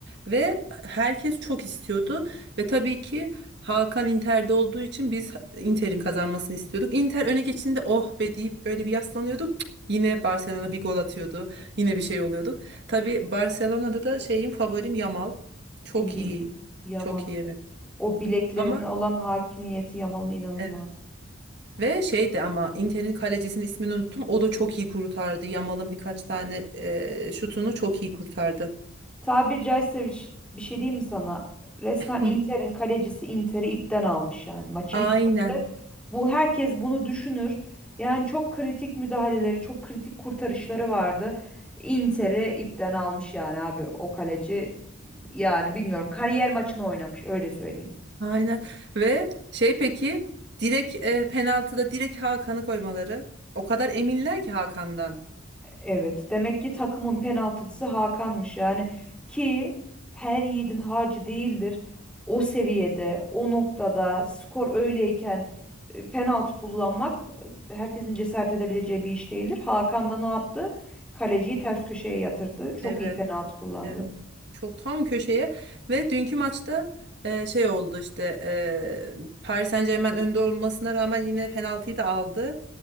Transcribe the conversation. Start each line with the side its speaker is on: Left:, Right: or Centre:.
Right: Ve herkes çok istiyordu. Ve tabii ki Hakan Inter'de olduğu için biz Inter'in kazanmasını istiyorduk. Inter öne geçtiğinde oh be deyip böyle bir yaslanıyorduk. Cık, Yine Barcelona bir gol atıyordu. Yine bir şey oluyorduk. Tabii Barcelona'da da şeyim favorim Yamal. Çok
Centre: İyi.
Right: iyi.
Centre: Yamal
Right: Çok iyi evet.
Centre: o bileklerine
Right: Ama
Centre: olan hakimiyeti Yamal'ın inanılmaz.
Right: evet. Ve şeydi ama Inter'in kalecisinin ismini unuttum. O da çok iyi kurtardı. Yamal'ın birkaç tane e, şutunu çok iyi kurtardı.
Centre: Tabir caizse bir, ş- bir şey diyeyim mi sana? Resmen
Right: Hı.
Centre: Inter'in kalecisi Inter'i ipten almış yani. Maçı
Right: Aynen.
Centre: izlediğinde bu herkes bunu düşünür. Yani çok kritik müdahaleleri, çok kritik kurtarışları vardı. Inter'i ipten almış yani abi o kaleci. Yani bilmiyorum kariyer maçını oynamış öyle söyleyeyim.
Right: Aynen. Ve şey peki direkt e, penaltıda direkt Hakan'ı koymaları. O kadar eminler ki Hakan'dan.
Centre: Evet, demek ki takımın penaltıcısı Hakan'mış yani ki her yiğidin harcı değildir. O seviyede, o noktada skor öyleyken e, penaltı kullanmak e, herkesin cesaret edebileceği bir iş değildir. Hakan da ne yaptı? Kaleciyi ters köşeye yatırdı. Çok
Right: Evet.
Centre: iyi penaltı kullandı.
Right: Evet. Çok tam köşeye ve dünkü maçta e, şey oldu işte e, Paris Saint-Germain önde olmasına rağmen yine penaltıyı da aldı.